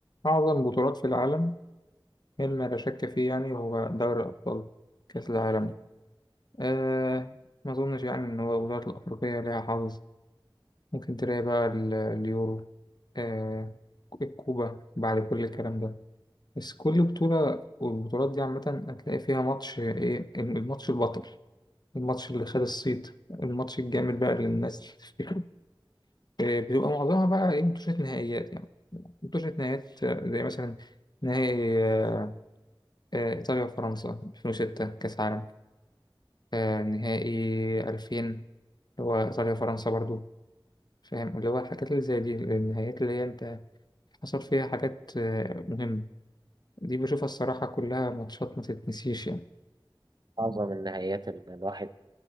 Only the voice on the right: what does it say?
أعظم النهايات اللي الواحد